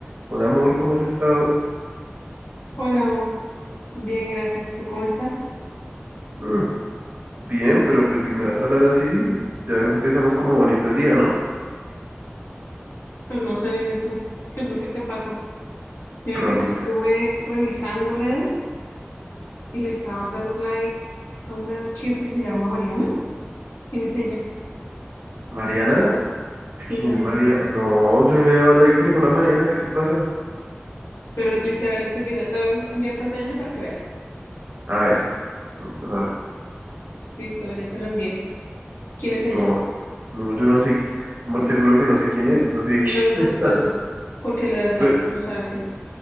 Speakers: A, on the right; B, on the left.
A: Hola amor, ¿cómo has estado?
B: Hola, amor. Bien, gracias. ¿Tú cómo estás?
A: "Mm, bien, pero pues si me vas a hablar así, ya empezamos como bonito el día, ¿no?
B: Pues no sé, dime tú, ¿qué es lo que te pasa? Mira
A: Pero
B: que
A: a mí,
B: estuve revisando redes y le estabas dando like a una chica que se llama Mariana. ¿Quién es ella?
A: Mariana,
B: Sí,
A: ¿quién
B: Mariana.
A: es María? No, yo no le he dado like a ninguna Mariana, ¿qué te pasa?
B: Pero literal lo estoy viendo. Te voy a enviar pantallas para que veas.
A: A ver, ¿qué me estás hablando?
B: Listo, ya te lo envié. ¿Quién es ella?
A: No, no, yo no sé, qui- amor, te juro que no sé quién es, no sé de
B: Entonces,
A: quién <laughs> me
B: ¿por
A: estás.
B: qué le das, por qué le das likes?
A: Pero,
B: No sabes quién es.